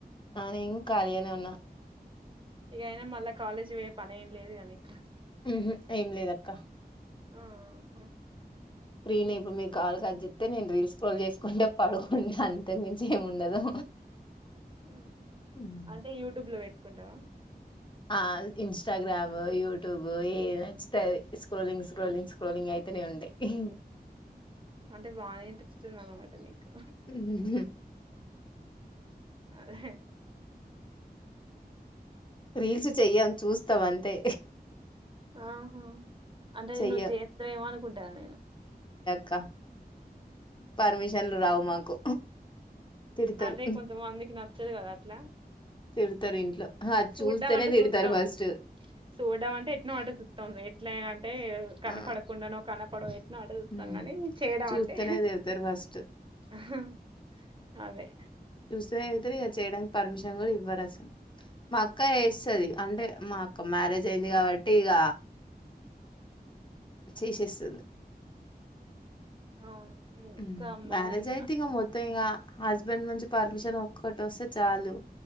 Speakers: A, on the left (about 30°); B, on the right (about 30°).
A: నాన్ ఇంకా ఖాళగానే ఉన్నా
B: ఇగయినా మళ్ళా కాలేజ్ పోయే పని ఏం లేదుగ నీకు
A: హ్మ్ ఏం లేదక్క
B: అ హ
A: ఫ్రీ నే ఇప్పుడు మీ కాల్ కట్జెతే నేను రీల్స్ స్క్రోల్ చేసుకుంట పడుకుంట అంతకు మించి ఏమ్ ఉండదు
B: అ హ
A: ఉమ్.
B: అంటే యూట్యూబ్ లో పెట్టుకుంటావా
A: ఆ ఇన్స్టాగ్రామ్ యూట్యూబ్ ఏది నచ్చితే అది స్క్రోలింగ్ స్క్రోలింగ్ స్క్రోలింగ్ అయి వస్తూనే ఉంటయి ఇహి
B: అంటే బానే ఇంట్రెస్ట్ ఉందనామాట నీకు
A: ఉహు.
B: ఆహే
A: రీల్స్ చెయ్యం చూస్తాం అంతే
B: ఆహా అంటే
A: చెయ్యం
B: నువ్వు చేతవ్ ఎమో అనుకుంటన్న నేను
A: క పర్మిషన్లు రావు మాకు తిడతారు
B: అదే కొంతమందికి నచ్చదు కదా అట్లా
A: తిడతారూ ఇంట్లో అది
B: సూడ్డం
A: చూస్తేనే
B: అంటే
A: తిడతారు
B: చూత్తం
A: ఫస్ట్
B: సుడ్డం అంటే ఎట్నో అట చూత్తం ఎట్లయినా అంటే కనపడకుండానో
A: ఆ
B: కనపడో ఎట్నో అడుగుతాం
A: ఉమ్.
B: కానీ చేయడం
A: చూస్తేనే
B: అంటే
A: తిడతారు ఫస్ట్
B: అహ్ అదే
A: తన్ ఎల్తది కదా చేయడానికి పర్మిషన్ కూడా ఇవ్వరు అసలు మా అక్క వేస్తాది అంటే మా అక్క మ్యారేజ్ అయింది కాబట్టి ఇక చేసేస్తుంది
B: అవును హ్మ్.
A: ఉమ్
B: ఇంకా మొన్నిన్న
A: మ్యారేజ్ అయితే ఇగ మొత్తం ఇంగా హస్బెండ్ నుంచి పర్మిషన్ ఒక్కట వస్తే చాలు